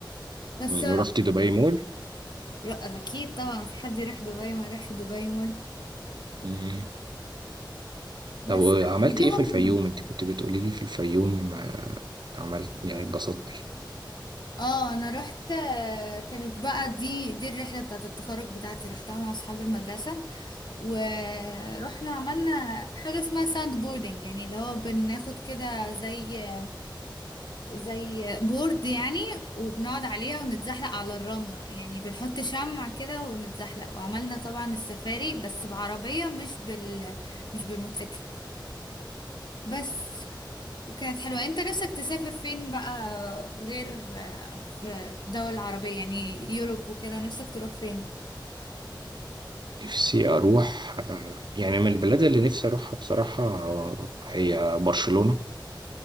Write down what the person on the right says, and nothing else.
مم. رحت دبي مول
مم.
طب عملت
ايه في الفيوم انت كنت بتقولي لي في الفيوم آه، عملت يعني اتبسطت
نفسي أروح آه، يعني من البلاد اللي نفسي أروحها بصراحة آه، هي برشلونة